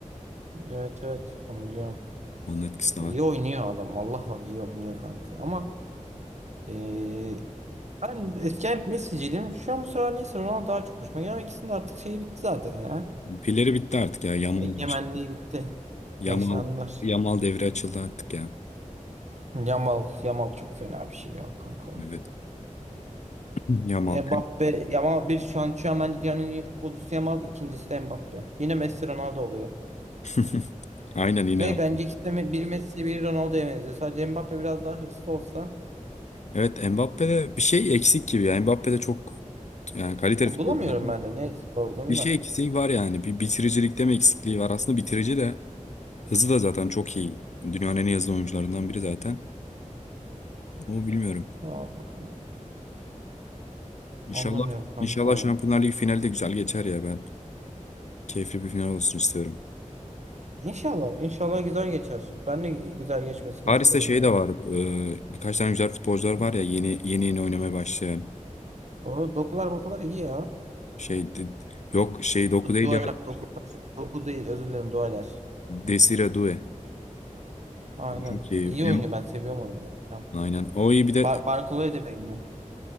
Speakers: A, on the right; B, on the left.
A: Evet evet onu biliyorum.
B: Onun etkisi de var.
A: İyi oynuyor adam. Allah var iyi oynuyor kanka. Ama eee ben eskiden hep Messi'ciydim. Şu an bu sıralar neyse Ronaldo daha çok hoşuma gidiyor. Ama ikisinin de artık şeyi bitti zaten ya.
B: Pilleri bitti artık ya. Yamal
A: Egemenliği
B: başladı.
A: bitti.
B: Yamal
A: Yaşlandılar.
B: Yamal devre açıldı artık ya.
A: Yamal, Yamal çok fena bir şey ya kanka.
B: Evet. <laughs> Yamal.
A: Mbappe, Yamal bir şu an şu an bence dünyanın en iyi futbolcusu Yamal, ikincisi de Mbappe. Yine Messi Ronaldo oluyor.
B: <laughs> Aynen yine.
A: Ve
B: o.
A: bence ikisi de bir Messi bir Ronaldo'ya benziyor. Sadece Mbappe biraz daha hırslı olsa.
B: Evet Mbappe'de bir şey eksik gibi ya. Mbappe'de çok yani kaliteli
A: Ama
B: futbolcu.
A: Bulamıyorum ben de ne eksik olduğunu
B: Bir şey
A: da.
B: eksiği var yani. Bir bitiricilikte mi eksikliği var? Aslında bitirici de Hızı da zaten çok iyi. Dünyanın en iyi hızlı oyuncularından biri zaten. Ama bilmiyorum.
A: Vallahi
B: İnşallah
A: anlamıyorum kanka
B: inşallah
A: vallahi.
B: Şampiyonlar Ligi finali de güzel geçer ya ben. Keyifli bir final olsun istiyorum.
A: İnşallah, inşallah güzel geçer. Ben de güzel geçmesini
B: Paris'te
A: isterim
B: şey
A: ya.
B: de var. e, birkaç tane güzel futbolcular var ya yeni yeni yeni oynamaya başlayan.
A: O dokular bokular iyi ya.
B: Şey de- yok şey Doku
A: Du-
B: değil
A: Duayla
B: ya
A: doku, doku değil özür dilerim duaylar.
B: Desire Doué.
A: Aynen.
B: O Çok iyi.
A: İyi
B: Em,
A: oynuyor ben seviyorum onu. Beğeniyorum.
B: aynen. O iyi bir de
A: Bar Barkola'yı da beğeniyorum.